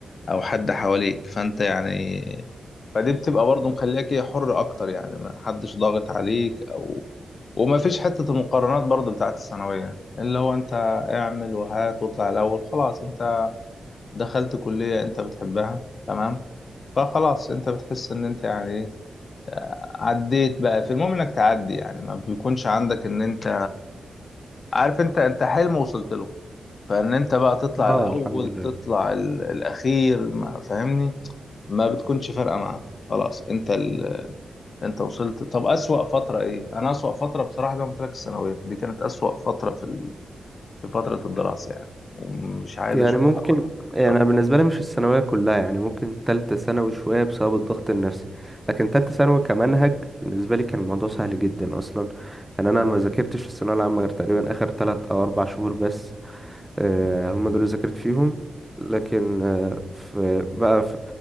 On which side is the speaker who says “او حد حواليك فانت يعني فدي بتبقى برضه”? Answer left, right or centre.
Left